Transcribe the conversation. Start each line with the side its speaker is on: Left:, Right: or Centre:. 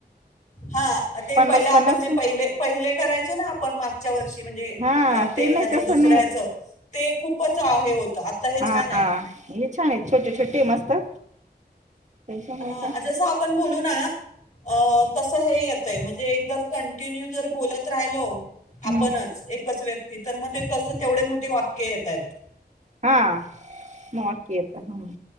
Left: हां ते
Right: पन्नास
Left: पहिलं आपण
Right: पन्नास
Left: जे, पहिले पहिले करायचो ना, आपण मागच्या वर्षी, म्हणजे
Right: हा
Left: अ ते
Right: नाही
Left: ह्याच,
Right: तसं
Left: दुसऱ्या ह्याच ते खूपच आहे होत आता हे
Right: हां
Left: छान
Right: हां हे छान आहे, छोटे छोटे मस्त. त्याच्यामुळे
Left: हां
Right: काय
Left: जसं आपण बोलू ना, अ तस हे येतय, म्हणजे एकदाच कं ते न्यू जरा बोलत राहिलो
Right: हम्म
Left: आपणचं एकच व्य ते तर मग, ते तसं तेवढे मोठे वाक्य येता आहेत.
Right: हां मोप येत, हं